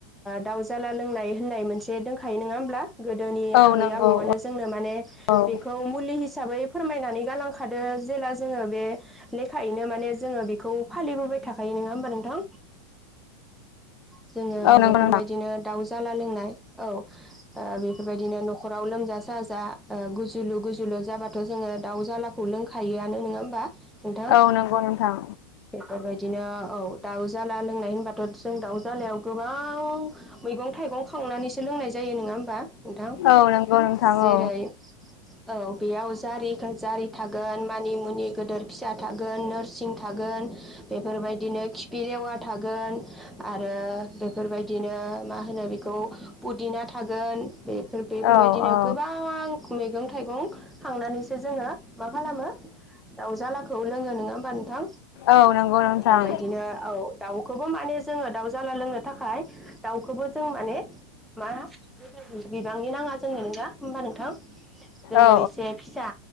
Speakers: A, in the centre; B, on the left.
A: द जाला लोंनाय होननाय मोनसे दंखायो नंङा होमब्ला गोदोनि
B: औ
A: आबै
B: नंगौ
A: आबौआनो
B: औ
A: जोंनो माने
B: औ
A: बेखौ मुलि हिसाबै फोरमायनानै गालांखादो जेन जोंङो बे लेखायैनो माने जोङो बेखौ फालिबोबाय थाखायो नङा होमबा नोंथां? जोङो
B: औ नंगौ
A: बेफोरबायदिनो
B: नोंथां
A: दाउ जाला लोंनाय, औ बेबायदिनो न'खराव लोमजा साजा, ओ गुजुलु गुजुलु जाबाथ' जोङो दाउ जालाखौ लोंखायो। जानो नङा होमबा नोंथां।
B: औ नंगौ नोंथां
A: बेफोरबायदि बिदिनो औ, दाउजाला लोंनाय होनबाथ' जों दाउजालायाव गोबां मैगं थाइगं ख संनानैसो लोंनाय जायो नङा होमबा नोंथां।
B: औ नंगौ नोंथां
A: जेरै
B: औ
A: औ बेयाव जारि जारि थागोन, मानि मुनि गदोर फिसा थागोन, नोरसिं थागोन बेफोरबायदिनो खिफि लेवा थागोन, आरो बेफोरबायदिनो मा होनो बेखौ पुदिना थागोन, बेफोर बेफोरबायदिनो
B: औ औ
A: गोबां मैगं थाइगं खांनानैसो जोङो मा खालामो दाउ जालाखौ लोङो नंङा होमबा नोंथां।
B: औ नंगौ नोंथां
A: बेफोरबायदिनो औ दाउखौबो माने जोङो दाउ जाला लोंनो थाखाय दाउखौबो जों माने मा गोदोर बिबांनि नाङा जोंनो <unintelligible> होमबा नोंथां। जोङो
B: औ
A: एसे फिसा